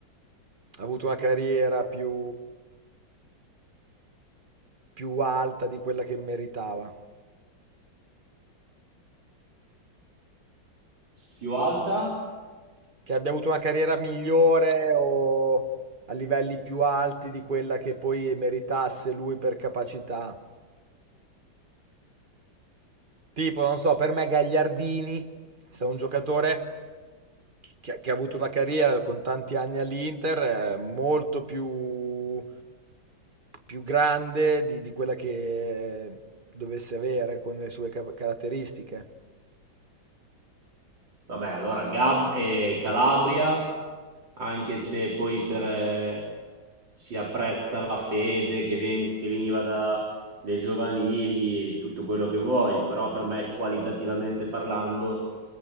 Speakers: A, on the right; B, on the right.
A: avuto una carriera più, più alta di quella che meritava?
B: Più alta?
A: Che abbia avuto una carriera migliore o a livelli più alti di quella che poi meritasse lui per capacità? Tipo, non so, per me Gagliardini è stato un giocatore che, che ha avuto una carriera con tanti anni all'Inter, eh, molto più, più grande di, di quella che dovesse avere con le sue ca- caratteristiche.
B: Vabbè, allora Gab- eh, Calabria, anche se poi per, eh, si apprezza la fede che, ven- che veniva dalle giovanili, tutto quello che vuoi, però per me qualitativamente parlando